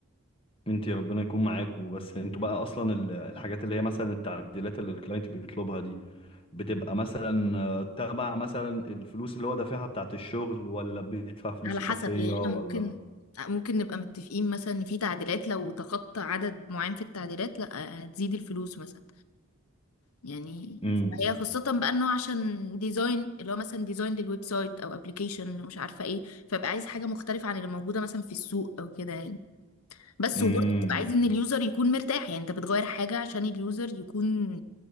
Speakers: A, on the left; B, on the left.
A: انت ربنا يكون معاك وبس انتوا بقى اصلا ال- الحاجات اللي هي مثلا التعديلات اللي الكلاينت بيطلبها دي بتبقى مثلا آه، تبع مثلا الفلوس اللي هو دافعها بتاعت الشغل ولا بيدفع فلوس
B: على
A: اضافية
B: حسب يعني احنا
A: ولا
B: ممكن ممكن نبقى متفقين مثلا ان في تعديلات لو تخطى عدد معين في التعديلات لا هتزيد الفلوس مثلا يعني
A: امم
B: هي خاصة بقى انه عشان ديزاين اللي هو مثلا ديزاين للويب سايت او ابلكيشن مش عارفة ايه فبقى عايز حاجة مختلفة عن اللي موجودة مثلا في السوق او كده يعني بس
A: امم
B: وبرضه بتبقى عايز ان اليوزر يكون مرتاح يعني انت بتغير حاجة عشان اليوزر يكون